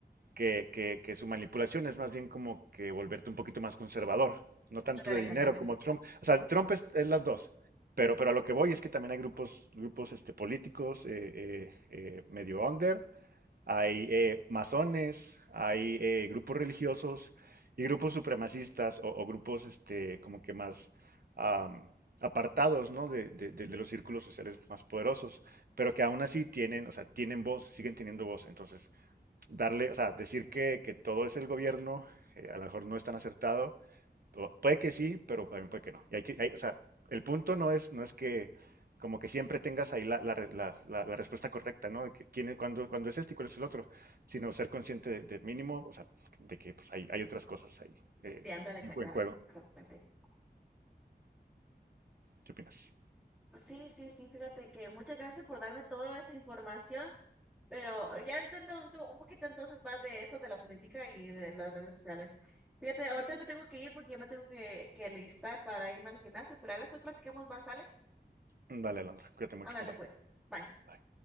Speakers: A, on the right (about 60°); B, in the centre.
A: que, que- que su manipulación es más bien como que volverte un poquito más conservador, no tanto
B: ándale
A: de
B: exactamente,
A: dinero como Trump. O sea, Trump es, es las dos, pero, pero a lo que voy es que también hay grupos, grupos este, políticos eh, eh, eh, medio under, hay eh, masones, hay eh, grupos religiosos y grupos supremacistas o, o grupos este, como que más am, apartados, ¿no? de, de- de- de los círculos sociales más poderosos, pero que aún así tienen, o sea, tienen voz, siguen teniendo voz. Entonces, darle, o sea, decir que, que todo es el gobierno, eh, a lo mejor no es tan acertado. Puede que sí, pero también puede que no. Y hay que, hay- o sea, el punto no es, no es que como que siempre tengas ahí la, la la- la- la respuesta correcta, ¿no? De que quién es, cuándo, cuándo es este y cuál es el otro, sino ser consciente de, de mínimo, o sea, de que pues, hay, hay otras cosas ahí eh,
B: sí, ándale exactamente,
A: en juego en juego.
B: exactamente.
A: ¿Qué opinas?
B: Pues Sí, sí, sí, fíjate que muchas gracias por darme toda esa información. Pero ya entiendo un, to- un poquito entonces más de eso, de la política y de las redes sociales. Fíjate, ahorita me tengo que ir porque ya me tengo que, que listar para irme al gimnasio, pero ahora después platicamos más, ¿sale?
A: Vale, Alondra, cuídate mucho,
B: Ándale
A: bye bye.
B: pues. Bye.
A: Bye.